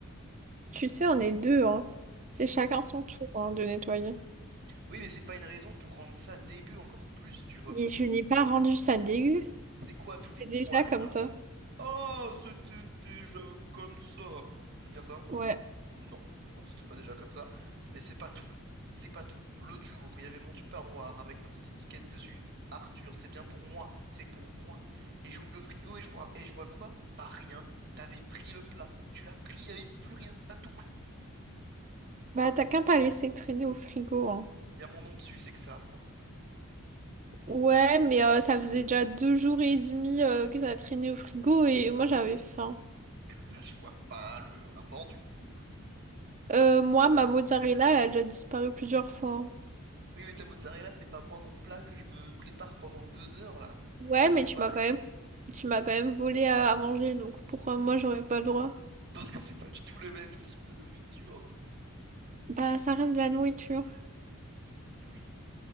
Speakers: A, on the right; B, on the right.
A: Tu sais, on est deux, hein. C'est chacun
B: Mhm.
A: son tour, hein, de nettoyer.
B: Oui, mais c'est pas une raison pour rendre ça dégueu encore plus, tu vois.
A: Mais je n'ai pas rendu ça dégueu.
B: C'est quoi tous
A: C'était
B: les poils,
A: déjà comme
B: là?
A: ça.
B: Oh, c'était déjà comme ça. C'est bien ça?
A: Ouais.
B: Non, non, c'était pas déjà comme ça. Mais c'est pas tout. C'est pas tout. L'autre jour, il y avait mon tupperware avec ma petite étiquette dessus. Arthur, c'est bien pour moi. C'est pour moi. Et j'ouvre le frigo et je vois, et je vois quoi? Pas rien. T'avais pris le plat. Tu l'as pris, il n'y avait plus rien. T'as tout pris.
A: Bah t'as qu'à pas laissé traîner au frigo, hein.
B: Il y a mon nom dessus, c'est que c'est à moi.
A: Ouais, mais euh, ça faisait déjà deux jours et demi euh, que ça traînait au frigo et moi j'avais faim.
B: <laughs> Bah, je vois pas le rapport du coup.
A: Euh, moi, ma mozzarella, elle a déjà disparu plusieurs fois.
B: Oui, mais ta mozzarella, c'est pas moi mon plat que je me prépare pendant deux heures là.
A: Ouais,
B: C'est pas du
A: mais
B: tout
A: tu
B: pareil.
A: m'as quand même, tu m'as quand même volé à, à manger, donc pourquoi moi j'aurais pas le droit?
B: Parce que c'est pas du tout le même type de nourriture.
A: Bah, ça reste de la nourriture.
B: Oui.